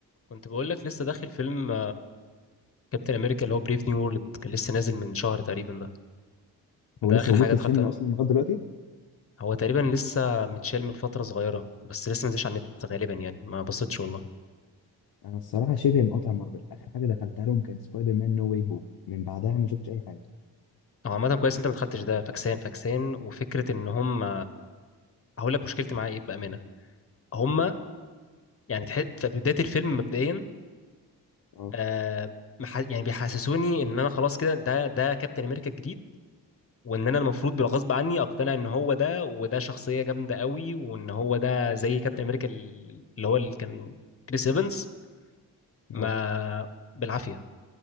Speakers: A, on the left; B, on the left.
A: كنت بقول لك لسه داخل فيلم كابتن امريكا اللي هو بريف نيو وورلد كان لسه نازل من شهر تقريبا ده ده
B: هو لسه
A: اخر
B: موجود
A: حاجه
B: في
A: دخلتها
B: السينما اصلا لغايه دلوقتي
A: هو تقريبا لسه متشال من فتره صغيره بس لسه ما نزلش على النت غالبا يعني ما بصيتش والله
B: انا الصراحه شبه مقاطع مارفل اخر حاجه دخلتها لهم كان سبايدر مان نو واي هوم من بعدها ما شفتش اي حاجه
A: هو عامه كويس انت ما دخلتش ده فاكسان فاكسان وفكره ان هم هقول لك مشكلتي معاه ايه بامانه هم يعني تح... في بدايه الفيلم مبدئيا
B: اه
A: آه مح... يعني بيحسسوني ان انا خلاص كده ده ده كابتن امريكا الجديد وان انا المفروض بالغصب عني اقتنع ان هو ده وده شخصيه جامده قوي وان هو ده زي كابتن امريكا ال- اللي هو اللي كان كريس ايفنز ما
B: اه
A: بالعافيه